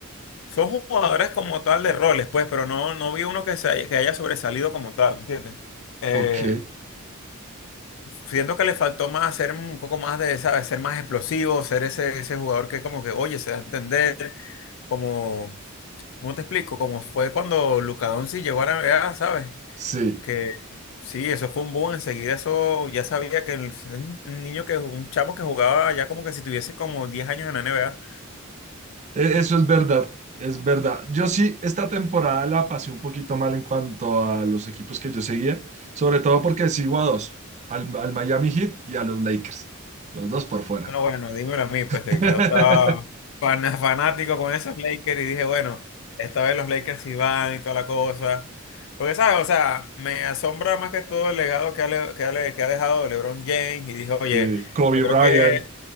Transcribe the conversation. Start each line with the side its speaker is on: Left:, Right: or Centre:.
Left: Son jugadores como tal de roles, pues, pero no, no vi uno que, se haya, que haya sobresalido como tal, ¿entiendes? Eh,
Right: ok,
Left: siento que le faltó más ser un poco más de, ¿sabes? Ser más explosivo, ser ese, ese jugador que como que, oye, se da a entender, como, ¿cómo te explico? Como fue cuando Luka Doncic llegó a la NBA, ¿sabes?
Right: sí.
Left: Que sí, eso fue un boom, enseguida eso, ya sabía que el- un un niño que, un chamo que jugaba ya como que si tuviese como 10 años en la NBA
Right: E- Eso es verdad, es verdad. Yo sí, esta temporada la pasé un poquito mal en cuanto a los equipos que yo seguía, sobre todo porque sigo a dos, al, al Miami Heat y a los Lakers, los dos por fuera.
Left: No, bueno, dímelo a mí, pues que
Right: <laughs>
Left: yo estaba fan- <laughs> fanático con esos Lakers y dije, bueno, esta vez los Lakers sí van y toda la cosa. Porque, ¿sabes? O sea, me asombra más que todo el legado que ha, le- que ha le- que ha dejado LeBron James y dije, oye,
Right: Sí, Kobe
Left: yo creo
Right: Bryant,
Left: que